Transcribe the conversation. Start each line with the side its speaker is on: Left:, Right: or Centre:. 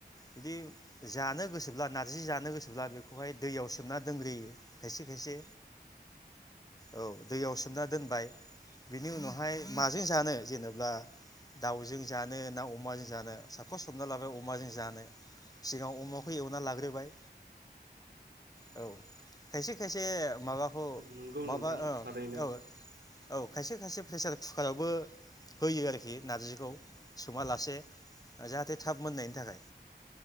Left: जुदि जानो गोसोब्ला नारजि जानो गोसोब्ला बेखौहाय दैयाव सोमना दोनग्रोयो खायसे खायसे औ दैयाव सोमना दोनबाय बिनि उनावहाय माजों जानो जेनेबा दाउजों जानो ना अमाजों जानो साफस हमना लाबाय अमाजों जानो सिगाव अमाखौ एवना लाग्रोबाय औ खायसे खायसे माबाखौ
Right: नंगौ
Left: माबा
Right: नोंथां
Left: ओ
Right: थारैनो
Left: औ औ खायसे खायसे प्रेसार कुकारावबो होयो आरोखि नारजिखौ सोमा लासे जाहाथे थाब मोननायनि थाखाय